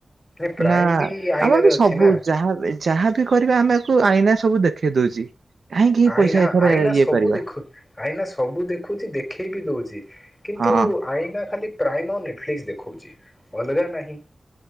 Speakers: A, on the left; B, on the right.
A: ନାଇଁ ପ୍ରାଇମ
B: ନା
A: ବି ଆଇନାରେ
B: ଆମର ବି ସବୁ
A: ଅଛି ନା
B: ଯାହା ଯାହାବି କରିବା ଆମକୁ ଆଇନା ସବୁ ଦେଖେଇ ଦଉଛି। କାହିଁକି ଏଇ
A: ଆଇନା
B: ପଇସା ଏଥରେ
A: ଆଇନା
B: ଇଏ
A: ସବୁ
B: କରିବା
A: ଦେଖୁ ଆଇନା ସବୁ ଦେଖୁଛି ଦେଖେଇବି। ଦଉଚି କିନ୍ତୁ
B: ହଁ।
A: ଆଇନା ଖାଲି ପ୍ରାଇମମ ନେଟଫ୍ଲିକ୍ସ ଦେଉଖଚି ଅଲଗା ନାହିଁ।